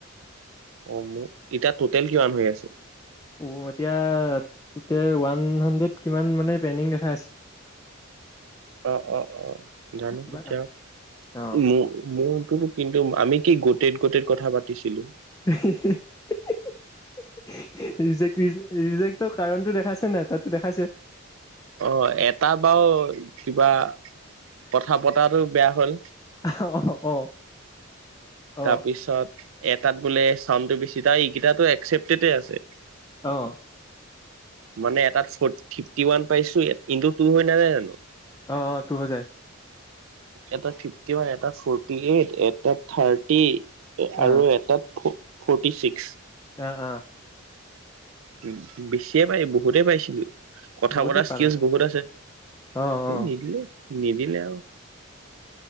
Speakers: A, on the right; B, on the left.
A: অ মোৰ ইতিয়া টোটেল কিমান হৈ আছে।
B: উম এতিয়া টোটেল ওৱান হাড্ৰেড কিমান মানে পেণ্ডিং দেখা আছে। <inaudible>
A: অ অ অ জানো
B: বা
A: তিয়া
B: অ
A: ম মোৰ। টো টো কিন্তু আমি কি গোতেত গোতেত কথা পাতিছিলো।
B: ৰিজেকৰ দি ৰিজেকৰ কাৰণটো দেখ। খাইছে।
A: অ এটা বাও কিবা। কথা পতাটো বেয়া হ'ল।
B: অ অ অ
A: তাৰপিছত এটাত বোলে চাউডটো বেছি তাৰ এইকেইটাটো একচেপ্টেড আছে।
B: অহ।
A: মানে এটাত ফ ফিফটি ওৱান পাইছো ইটু টু হৈ নাযায় জানো।
B: অ অ তোৰ হৈ যায়।
A: এটা ফিফটি ওান এটা ফৰ্টি এইট এটা থাৰ্টি।
B: অ
A: আৰু এটাত ফৰ্টি ছিক্স।
B: অ অ।
A: উ বেছিয়ে পাই বহুতে পাইছিলি। কথা
B: বহুতেই
A: বতৰা
B: পালাহেঁতেন
A: স্কিজ বহুত আছে
B: অ অ
A: নিদিলে, নিদিলে আও।